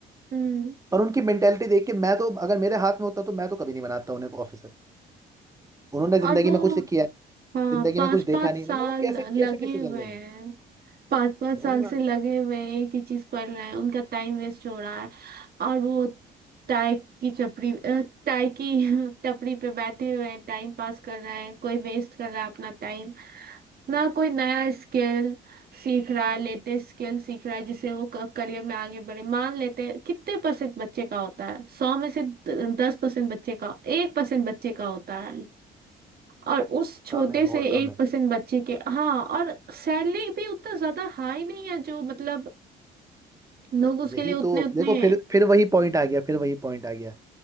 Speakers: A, on the right; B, on the right.
A: हम्म
B: पर उनकी मेंटेलिटी देख के मैं तो अगर मेरे हाथ में होता तो मैं तो कभी नहीं बनाता उन्हें ऑफिसर उन्होंने ज़िंदगी
A: और वो
B: में कुछ किया है,
A: हाँ
B: ज़िंदगी
A: पाँच
B: में कुछ देखा
A: पाँच
B: नहीं
A: साल
B: मतलब वो कैसे कैसे
A: लगे
B: डिसीजन
A: हुए
B: लेंगे
A: हैं पाँच पाँच
B: मैं
A: साल
B: नहीं मानता
A: से लगे हुए हैं एक ही चीज पढ़ रहे हैं उनका टाइम वेस्ट हो रहा है और वो टाई की चपड़ी अ, टाई की <laughs> टपरी पे बैठे हुए हैं टाइम पास कर रहे हैं कोई वेस्ट कर रहा है अपना टाइम ना कोई नया स्किल सीख रहा है लेटेस्ट स्किल सीख रहा है जिससे वो करियर में आगे बढ़े मान लेते हैं कितने परसेंट बच्चे का होता है सौ में से दस परसेंट बच्चे का एक परसेंट बच्चे का होता है और उस छोटे
B: कम है
A: से
B: और कम
A: एक
B: है
A: परसेंट बच्चे के हाँ और सैलरी भी उतना ज्यादा हाई नहीं है जो मतलब लोग उसके
B: यही
A: लिए उतने
B: तो
A: उतने
B: देखो फिर फिर वही पॉइंट आ गया फिर वही पॉइंट आ गया